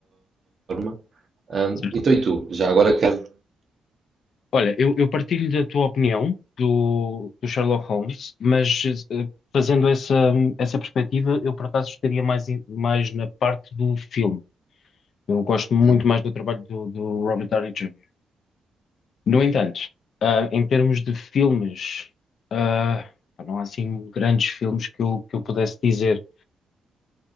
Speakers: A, on the right (about 50°); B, on the left (about 70°).
A: forma. Ahm,
B: certo.
A: então, e tu? Já agora quero.
B: Olha, eu, eu partilho da tua opinião do, do Sherlock Holmes, mas eh, fazendo essa, essa perspectiva, eu por acaso estaria mais, em- mais na parte do filme. Eu gosto muito
A: Hum,
B: mais do trabalho do, do Robert Downey Jr. No entanto, ah, em termos de filmes, ah, não há assim grandes filmes que eu, que eu pudesse dizer.